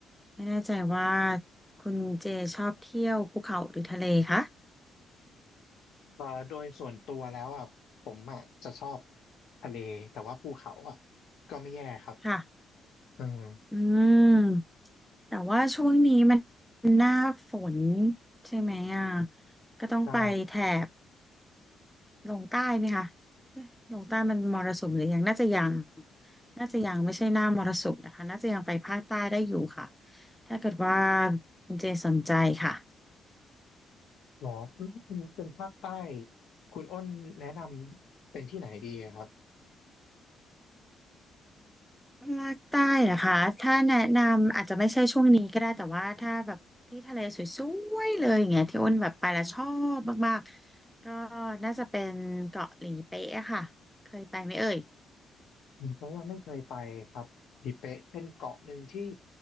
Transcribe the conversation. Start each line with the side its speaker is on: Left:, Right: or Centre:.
Centre: ไม่แน่ใจว่าคุณเจชอบเที่ยวภูเขาหรือทะเลคะ
Left: เออโดยส่วนตัวแล้วอ่ะผมอ่ะจะชอบทะเลแต่ว่าภูเขาอ่ะก็ไม่แย่ครับ
Centre: ค่ะ
Left: อืม
Centre: อืมแต่ว่าช่วงนี้มันหน้าฝนใช่ไหมอ่ะก็ต้องไปแถบ
Left: ได้
Centre: ลงใต้ไหมคะเอ๊ะลงใต้มันมรสุมหรือยังน่าจะยัง น่าจะยังไม่ใช่หน้ามรสุมนะคะน่าจะยังไปภาคใต้ได้อยู่ค่ะ ถ้าเกิดว่าคุณเจสนใจค่ะ
Left: หรอเป็นภาคใต้คุณอ้นแนะนำเป็นที่ไหนดีครับ
Centre: ภาคใต้เหรอคะถ้าแนะนำอาจจะไม่ใช่ช่วงนี้ก็ได้แต่ว่าถ้าแบบที่ทะเลสวยๆเลยอย่างเงี้ยที่อ้นแบบไปแล้วชอบมากๆก็น่าจะเป็นเกาะหลีเป๊ะอะค่ะเคยไปไหมเอ่ย
Left: ผมเพราะยังไม่เคยไปครับทิเป๊ะเป็นเกาะหนึ่งที่